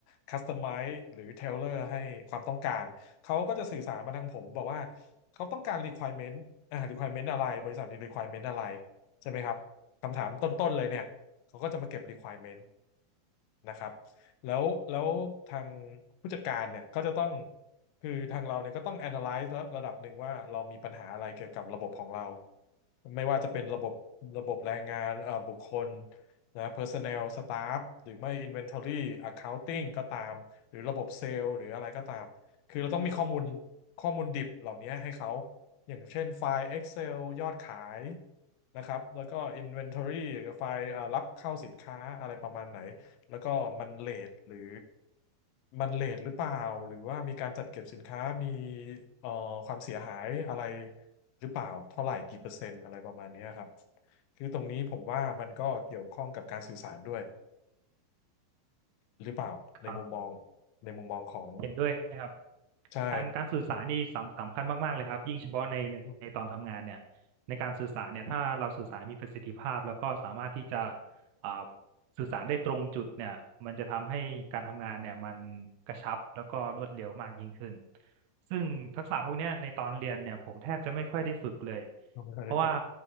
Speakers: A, on the left (about 85°); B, on the right (about 80°).
A: คัสตอ m i ไ e หรือเทเลอร์ให้ความต้องการเขาก็จะสื่อสารมาทางผมบอกว่าเขาต้องการ requirement อ่า requirement อะไรบริษัทมี requirement อะไรใช่ไหมครับคำถามต้นๆเลยเนี่ยเขาก็จะมาเก็บ requirement นะครับ แล้วแล้วทางผู้จัดการเนี่ยก็จะต้อง คือทางเราเนี่ยก็ต้อง analyze ระระดับหนึ่งว่าเรามีปัญหาอะไรเกี่ยวกับระบบของเรา ไม่ว่าจะเป็นระบบระบบแรงงานเอ่อบุคคลนะ personnel staff หรือไม่ inventory accounting ก็ตาม หรือระบบเซลล์หรืออะไรก็ตาม คือเราต้องมีข้อมูลข้อมูลดิบเหล่านี้ให้เขา อย่างเช่นไฟล์ Excel ยอดขายนะครับแล้วก็ Inventory ไฟล์เอ่อรับเข้าสินค้าอะไรประมาณไหน แล้วก็มันเลทหรือมันเลทหรือเปล่าหรือว่ามีการจัดเก็บสินค้ามีเอ่อความเสียหายอะไรหรือเปล่าเท่าไหร่กี่เปอร์เซ็นต์อะไรประมาณเนี้ยครับคือตรงนี้ผมว่ามันก็เกี่ยวข้องกับการสื่อสารด้วยหรือเปล่าในมุมมอง
B: ครับ
A: ในมุมมองของ
B: เห็นด้วยนะครับ
A: ใช่
B: การการสื่อสารนี่สำสำคัญมากๆเลยครับยิ่งเฉพาะในในในตอนทำงานเนี่ย
A: อืม
B: ในการสื่อสารเนี่ยถ้าเราสื่อสารมีประสิทธิภาพแล้วก็สามารถที่จะ
A: อืม
B: อ่าสื่อสารได้ตรงจุดเนี่ยมันจะทำให้การทำงานเนี่ยมันกระชับแล้วก็รวดเร็วมากยิ่งขึ้น ซึ่งทักษะพวกเนี้ยในตอนเรียนเนี่ยผมแทบจะไม่ค่อยได้ฝึกเลย
A: เราไม่ค่อยได้ฝึก
B: เพราะว่า